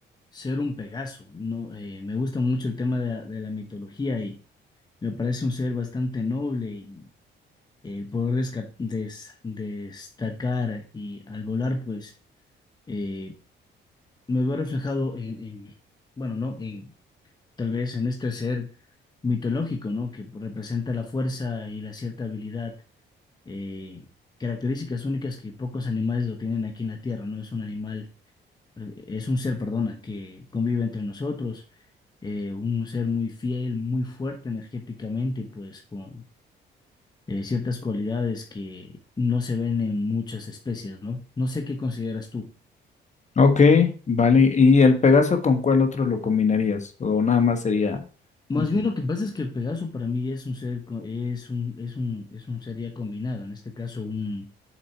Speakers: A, on the left; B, on the left.
A: ser un Pegaso, ¿no? Eh, me gusta mucho el tema de la, de la mitología y me parece un ser bastante noble y el poder desca- des- destacar y al volar, pues eh, me veo reflejado en, en, bueno, ¿no? En, tal vez en este ser mitológico, ¿no? Que representa la fuerza y la cierta habilidad, eh, características únicas que pocos animales lo tienen aquí en la Tierra, ¿no? Es un animal es un ser, perdona, que convive entre nosotros, eh, un ser muy fiel, muy fuerte energéticamente, pues con eh, ciertas cualidades que no se ven en muchas especies, ¿no? No sé qué consideras tú.
B: Ok, vale. ¿Y el Pegaso con cuál otro lo combinarías? ¿O nada más sería...
A: Más
B: un solo?
A: bien lo que pasa es que el Pegaso para mí es un ser, co- es un, es un, es un ser ya combinado, en este caso un,